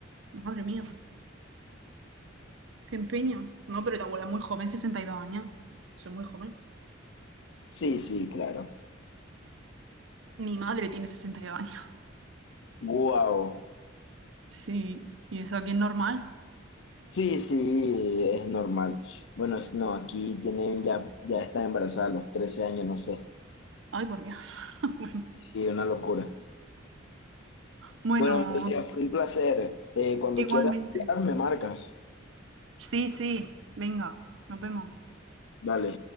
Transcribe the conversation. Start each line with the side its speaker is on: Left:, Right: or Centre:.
Right: Madre mía, qué empeño. No, pero tu abuela es muy joven, 62 años. Soy muy joven.
Left: Sí, sí, claro.
Right: Mi madre tiene 62 años.
Left: Guau.
Right: Sí, y eso aquí es normal.
Left: Sí, sí, es normal. Bueno, es- no, aquí tienen ya, ya están embarazadas a los 13 años, no sé.
Right: Ay, por Dios. <laughs>
Left: Sí, una locura.
Right: Bueno,
Left: Bueno, María,
Right: bueno,
Left: fue un placer. Eh, cuando
Right: igualmente.
Left: quieras, hablar, me marcas.
Right: Sí, sí, venga, nos vemos.
Left: Dale.